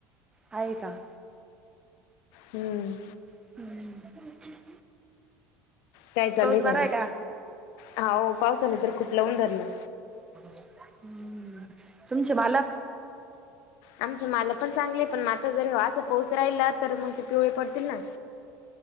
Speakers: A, on the right (about 15°); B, on the left (about 75°).
A: आहे का?
B: हम्म.
A: हम्म.
B: काय चालुय कामं,
A: बरा आहे का
B: हाओ पावसानं तर खूप लाऊन धरलं.
A: <unintelligible> हम्म. तुमचे बालक.
B: आमचे मालं पण चांगले पण म आता जर असं पाऊस राईला तर म ते पिवळे पडतील ना.